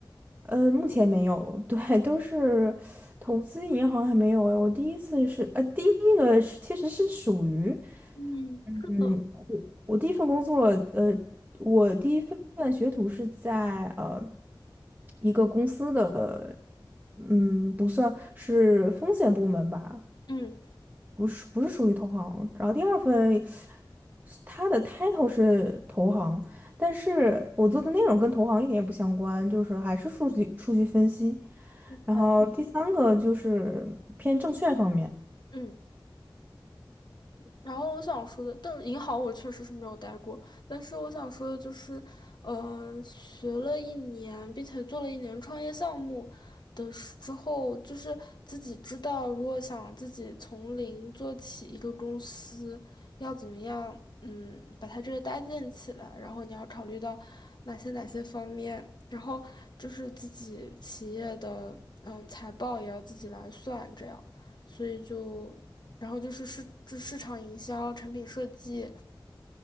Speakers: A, on the right (about 20°); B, on the left (about 60°).
A: 呃，目前没有，<laughs> 对，都是投资银行还没有诶。我第一次是，呃，第一个是其实是属于，
B: 嗯，是的，
A: 嗯，我我第一份工作，呃，我第一份学徒是在呃一个公司的，嗯，不算是风险部门吧，
B: 嗯
A: 不是不是属于投行。然后第二份，它的 title 是投行，但是我做的内容跟投行一点也不相关，就是还是数据数据分析。然后第三个就是偏证券方面。
B: 对，嗯。然后我想说的，但银行我确实是没有待过，但是我想说的就是，嗯、学了一年，并且做了一年创业项目的时之后，就是自己知道，如果想自己从零做起一个公司，要怎么样，嗯，把它这个搭建起来，然后你要考虑到哪些哪些方面，然后就是自己企业的，嗯，财报也要自己来算，这样，所以就。然后就是市这市场营销、产品设计，